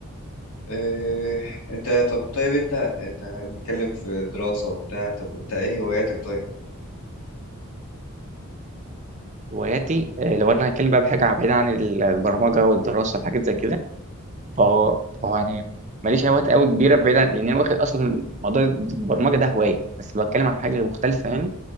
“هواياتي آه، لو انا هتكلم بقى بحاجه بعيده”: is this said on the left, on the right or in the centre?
Right